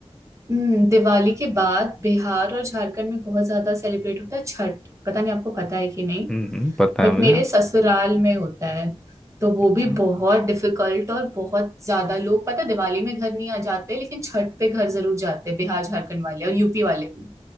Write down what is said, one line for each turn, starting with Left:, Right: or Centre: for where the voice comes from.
Right: हम्म दिवाली के बाद बिहार और झारखंड में बहुत ज्यादा सेलिब्रेट होता है छठ पता नहीं आपको पता है कि नहीं
Centre: हम्म पता
Right: बट
Centre: है मुझे
Right: मेरे ससुराल में होता है तो वो
Centre: अच्छा
Right: भी बहुत डिफिकल्ट और बहुत ज्यादा लोग पता है, दिवाली में घर नहीं आ जाते लेकिन छठ पे घर जरूर जाते हैं बिहार झारखंड वाले और यूपी वाले भी